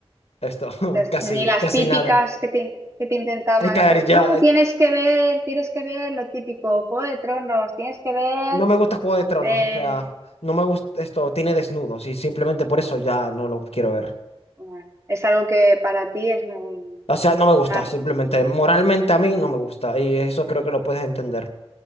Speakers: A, on the left; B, on the right.
A: Esto, <laughs>
B: Las-
A: casi,
B: ni las
A: casi
B: típicas
A: nada.
B: que te, que te intentaban
A: Es caer
B: meter.
A: ya.
B: No, tienes que ver, tienes que ver lo típico, Juego de Tronos, tienes que ver.
A: No me gusta Juego de Tronos,
B: eh,
A: o sea, no me gusta esto, tiene desnudos y simplemente por eso ya no lo quiero ver.
B: bueno, es algo que para ti es un-
A: O sea, no me
B: una-
A: gusta, simplemente moralmente a mí no me gusta y eso creo que lo puedes entender.